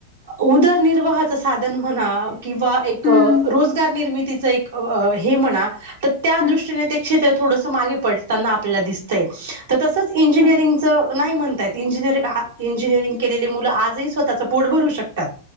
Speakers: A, on the right; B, on the left.
A: उदरनिर्वाहाच साधन म्हणा किंवा एक
B: हम्म
A: रोजगार निर्मितीच एक म्हणा त्या
B: हम्म
A: दृष्टी ते क्षेत्र थोड मागे पडताना आपल्याला दिसतंय तस इंजिनिअरिंगचं
B: अच्छा
A: नाही म्हणतयत इंजिनिअरि इंजिनअरिंग केलेले मुलं आजही स्वतचं पोट भरू शकतात